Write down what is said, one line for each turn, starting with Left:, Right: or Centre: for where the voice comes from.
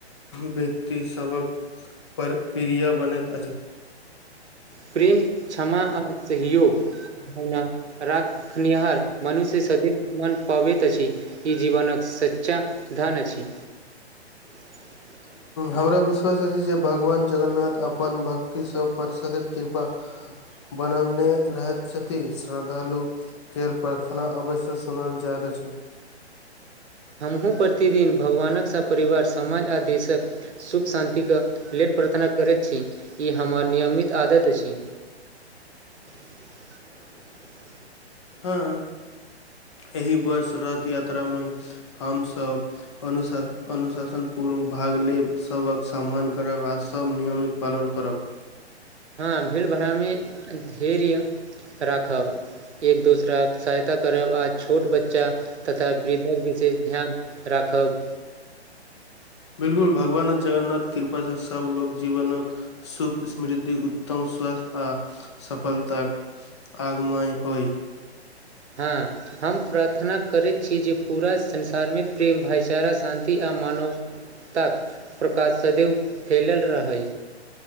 Left: व्यक्ति सभक प्र प्रिय बनैत अछि
Right: प्रेम क्षमा आ सहयोग रखनिहारर मनुष्य सदै सम्मान पबैत अछि ई जीवनक सच्चा धन अछि <inaudible>
Left: हमरा विश्वास अछि जे भगवान जगन्नाथ अपन भक्ति सब पर सदैव कृपा बनेने रहैथ छथि श्रद्धालु केर प्रार्थना अवश्य सुनल जाइत अछि
Right: हमहूँ प्रतिदिन भगवानक सँ परिवार समाज आ देशक सुख शान्तिके लेल प्रार्थना करैत छी ई हमर नियमित आदत अछि <inaudible>
Left: हँ एहि वर्ष रथ यात्रामे हमसभ अनुशा अनुशासन पूर्व भाग लेब सबक सम्मान करब आ सभ नियमक पालन करब
Right: हँ भीड़ भाड़ामे धैर्य राखब एक दोसराक सहायता करब आ छोट बच्चा तथा वृद्धक विशेष ध्यान राखब
Left: बिलकुल भगवान जगन्नाथ कृपा से सब लोग जीवन सुख समृद्धि उत्तम स्वस्थ आ सफलताक आगमय होइ
Right: हँ हम प्रार्थना करैत छी जे पूरा संसारमे प्रेम भाइचारा शान्ति आ मानव ताक प्रकाश सदैव फैलल रहै